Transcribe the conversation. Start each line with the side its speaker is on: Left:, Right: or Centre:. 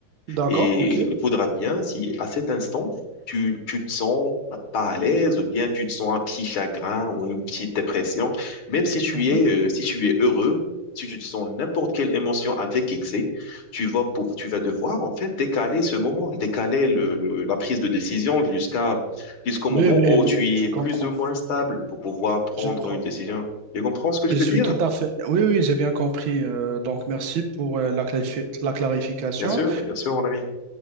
Right: D'accord,
Left: Et
Right: ok.
Left: il faudra bien, si à cet instant, tu, tu te sens pas à l'aise, ou bien tu te sens un petit chagrin ou une petite dépression, même si tu
Right: Mhm.
Left: es, euh, si tu es heureux, si tu te sens n'importe quelle émotion avec excès, tu vas, pouv- tu vas devoir en fait décaler ce moment, décaler le, le- la prise de décision jusqu'à jusqu'au moment
Right: Oui, oui,
Left: où
Right: oui,
Left: tu
Right: je
Left: es
Right: comprends.
Left: plus ou moins stable pour pouvoir prendre
Right: Je prends.
Left: une décision. Tu comprends ce que je
Right: Je
Left: veux
Right: suis
Left: dire?
Right: tout à fait. Oui, oui, j'ai bien compris. Euh, donc, merci pour euh, la clarifi- la clarification.
Left: Bien sûr, mais bien sûr, mon ami.